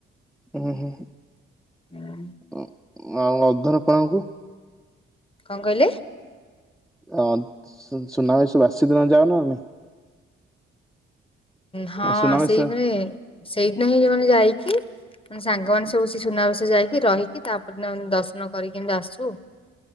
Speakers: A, in the centre; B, on the left.
A: ଉଁ ହୁଁ
B: ହୁଁ
A: ଉ ଆଉ ଅଧର ପଣା କୁ?
B: କଣ କହିଲେ?
A: ଅ ସୁନାବେଶ ବାସି ଦିନ ଯାଉନୁ ଆମେ
B: ହଁ
A: ନା ସୁନାବେଶ
B: ସେଇଥିରେ ସେଇଦିନ ହିଁ ଯୋଉମାନେ ଯାଇକି ମାନେ ସାଙ୍ଗମାନେ ସବୁ ସେ ସୁନାବେସ ଯାଇକି ରହିକି ତା ପରଦିନ ଦର୍ଶନ କରିକି ଏମିତି ଆସୁ